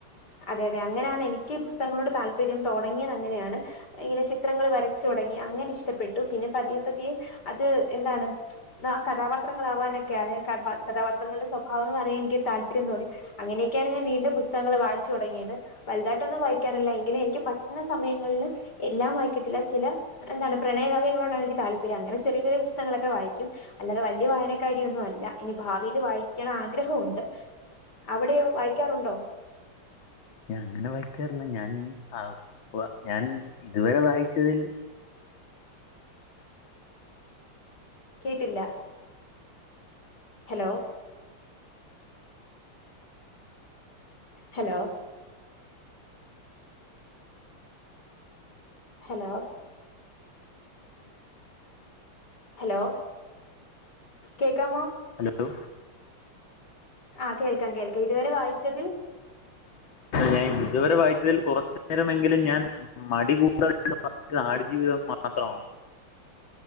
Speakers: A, on the left (about 45°); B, on the left (about 60°).
A: അതെ അതെ അങ്ങനെയാണ് എനിക്ക് ഈ പുസ്തകങ്ങളോട് താല്പര്യം തുടങ്ങിയത് അങ്ങനെയാണ് ഇങ്ങനെ ചിത്രങ്ങൾ വരച്ചു തുടങ്ങി അങ്ങനെ ഇഷ്ടപ്പെട്ടു പിന്നെ പതിയെ പതിയെ അത് എന്താണ് ആ കഥാപാത്രങ്ങള ആവാനൊക്കെ ആ കഥാപാത്രങ്ങളുടെ സ്വഭാവങ്ങൾ അറിയാൻ എനിക്കൊരു താല്പര്യം തോന്നി അങ്ങനെയൊക്കെയാണ് ഞാൻ വീണ്ടും പുസ്തകങ്ങങ്ങള് വായിച്ചു തുടങ്ങിയത് വലുതാട്ടൊന്നും വായിക്കാറില്ല എങ്കിലും എനിക്ക് പറ്റുന്ന സമയങ്ങളില് എല്ലാം വായിക്കത്തിില്ല ചില എന്താണ് പ്രണയകാവ്യങ്ങളോടാണ് എനിക്ക് തല്പര്യം അങ്ങനെ ചെറിയ ചെറിയ പുസ്തങ്ങളൊക്കെ വായിക്കും അല്ലാതെ വലിയ വായനക്കാരിയൊന്നും അല്ല ഇനി ഭാവിൽ വായി ക്കാൻ ആഗ്രഹമുണ്ട് അവിടെയോ വായിക്കാറുണ്ടോ?
B: ഞാൻ അങ്ങനെ വായിക്കാറില്ല ഞാൻ ആ ബ ഞാൻ ഇതുവരെ വായിച്ചതിൽ
A: കേട്ടില്ല ഹലോ ഹലോ ഹലോ ഹലോ കേക്കാമോ
B: ഹലോ
A: ആഹ് കേൾക്കാം കേൾക്കാം ഇതുവരെ വായിച്ചതിൽ
B: ഞാൻ ഇതു വരെ വായിച്ചതിൽ കുറച്ചു നേരമെങ്കിലും ഞാൻ മടികൂടാതെ വായിച്ചത് ആട്ജീവിതം മാത്രമാണ്